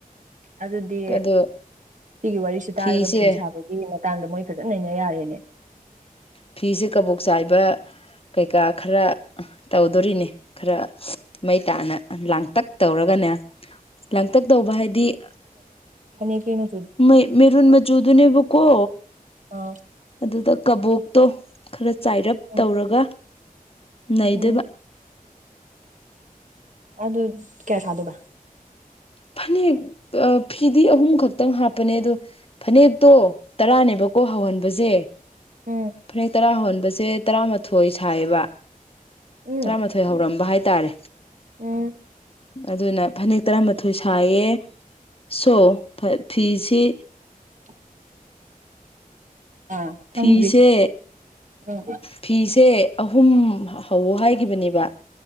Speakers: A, on the right; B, on the left.
A: ꯑꯗꯨꯗꯤ
B: ꯑꯗꯣ
A: ꯁꯤꯒꯤ ꯋꯥꯔꯤꯁꯤ ꯇꯥꯔꯒ
B: ꯐꯤꯁꯦ
A: ꯐꯤ ꯁꯥꯕ ꯁꯤꯒꯤ ꯃꯇꯥꯡꯗ ꯃꯣꯏ ꯐꯖꯟ ꯅꯩꯅ ꯌꯥꯔꯦꯅꯦ
B: ꯐꯤꯁꯦ ꯀꯕꯣꯛ ꯆꯥꯏꯕ ꯀꯩꯀꯥ ꯈꯔꯥ <unintelligible> ꯇꯧꯗꯣꯔꯤꯅꯦ ꯈꯔꯥ <unintelligible> ꯃꯩ ꯇꯥꯅ ꯂꯥꯡꯇꯛ ꯇꯧꯔꯒꯅꯦ ꯂꯥꯡꯇꯛ ꯇꯧꯕ ꯍꯥꯏꯗꯤ <unintelligible>
A: ꯐꯅ‌ꯦꯛꯇꯤ ꯑꯩꯅ
B: ꯃ‌ꯩ ꯃꯦꯔꯨꯟ ꯃꯆꯨꯗꯨꯅꯦꯕꯀꯣ
A: ꯑꯧ
B: ꯑꯗꯨꯗ ꯀꯕꯣꯛꯇꯣ ꯈꯔ ꯆꯥꯏꯔꯞ
A: ꯎꯝ
B: ꯇꯧꯔꯒ ꯅꯩꯗ‌ꯣꯏꯕ꯫
A: ꯎꯝ ꯑꯗꯨ ꯀ꯭ꯌꯥ ꯁꯥꯥꯗꯣꯏꯕ?
B: ꯐꯥꯅꯦꯛ ꯑꯥ ꯐꯤꯗꯤ ꯑꯍꯨꯝ ꯈꯛꯇꯪ ꯍꯥꯞꯄꯅꯦ ꯑꯗꯣ ꯐꯥꯅꯦꯛꯇꯣ ꯇꯔꯥꯅꯦꯕꯀꯣ ꯍꯧꯍꯟꯕꯖ‌ꯦ
A: ꯎꯝ
B: ꯐꯅꯦꯛ ꯇꯔꯥ ꯍꯧꯍꯟꯕꯁꯦ ꯇꯔꯥꯃꯥꯊꯣꯏ ꯁꯥꯏꯌꯦꯕ꯫
A: ꯎꯝ
B: ꯇꯔꯥꯃꯥꯊꯣꯏ ꯍꯧꯔꯝꯕ ꯍꯥꯏꯇꯥꯔꯦ
A: ꯎꯝ
B: ꯑꯗꯨꯅ ꯐꯅꯦꯛ ꯇꯔꯥꯃꯥꯊꯣꯏ ꯁꯥꯏꯌꯦ ꯁꯣ ꯐꯥ ꯐꯤꯁꯤ
A: <unintelligible> ꯑꯥ ꯈꯪꯗ꯭ꯔꯤ
B: ꯐꯤꯁꯦ
A: ꯑꯥ <unintelligible>
B: ꯐꯤꯁꯦ ꯑꯍꯨꯝ ꯍꯥ ꯍꯧꯋꯣ ꯍꯥꯏꯈꯤꯕꯅꯦꯕ